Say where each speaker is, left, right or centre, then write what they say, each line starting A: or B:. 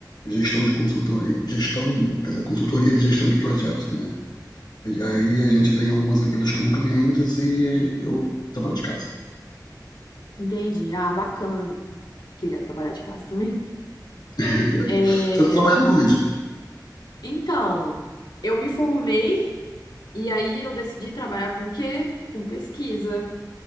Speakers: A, on the left (about 65°); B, on the left (about 85°).
A: gestão de consultoria, gestão, quer dizer, consultoria de gestão de projetos, né? E aí a gente tem algumas empresas como clientes e eu trabalho de casa.
B: Entendi. Ah, bacana. Queria trabalhar de casa também.
A: <laughs> Você
B: É,
A: está trabalhando onde?
B: Então, eu me formei e aí eu decidi trabalhar com o quê? Com pesquisa.